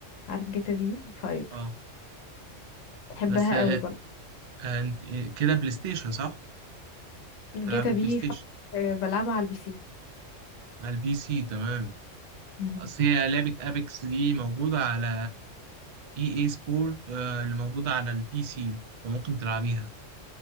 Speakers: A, on the left; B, on the right.
A: عارف جاتا في فايف
B: اه
A: بحبها
B: بس آه،
A: قوي برضه
B: آه، انت- آه، كده بلاي ستيشن صح
A: جاتا
B: بتلعبي بلاي
A: في
B: ستيشن
A: فايف بلعبها على البي سي
B: على البي سي تمام
A: مهم.
B: اصل هي لعبه ابيكس دي موجوده على اي اي سبورت آه، اللي موجوده على البي سي فممكن تلعبيها